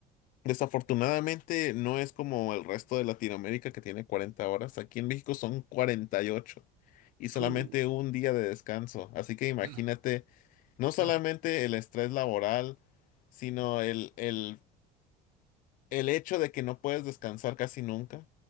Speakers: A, on the left; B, on the right.
A: desafortunadamente no es como el resto de Latinoamérica que tiene 40 horas. Aquí en México son 48 y solamente
B: chu,
A: un día de descanso. Así que imagínate
B: claro,
A: No solamente
B: claro,
A: el estrés laboral, sino el, el, el hecho de que no puedes descansar casi nunca.